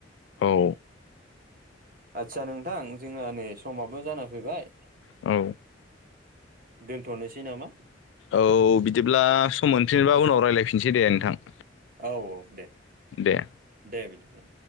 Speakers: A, on the left (about 80°); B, on the right (about 50°).
A: औ।
B: आदसा नोंथां जोंहा नै समाबो जाना फैबाय।
A: औ।
B: दोनथ'नोसै नामा?
A: औ बिदिब्ला सम मोनफिनबा उनाव रायज्लायफिनसै दे नोंथां।
B: औ औ दे।
A: दे।
B: दे बिदिब्ला।